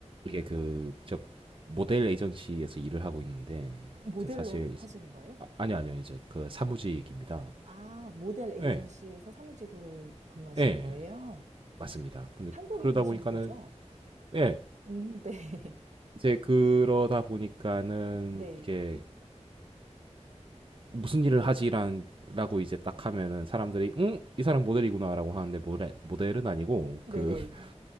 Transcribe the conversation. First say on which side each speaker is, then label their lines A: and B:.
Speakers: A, on the right; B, on the right.
A: 이게 그 저 모델 에이전시에서 일을 하고 있는데
B: 모델로
A: 그 사실 이제-
B: 하시는 거예요?
A: 아, 아니요 아니요 이제 그 사무직입니다.
B: 아, 모델 에이전시에서
A: 예.
B: 사무직으로 임- 근무하시는
A: 예.
B: 거예요?
A: 맞습니다. 근데
B: 한국에
A: 그러다
B: 계신
A: 보니까는
B: 거죠?
A: 예.
B: 음, 네. <laughs>
A: 이제 그러다 보니까는
B: 네.
A: 이게 무슨 일을 하지란 라고 이제 딱 하면은 사람들이 응? 이 사람 모델이구나라고 하는데 모델 모델은 아니고
B: 네네.
A: 그 <laughs>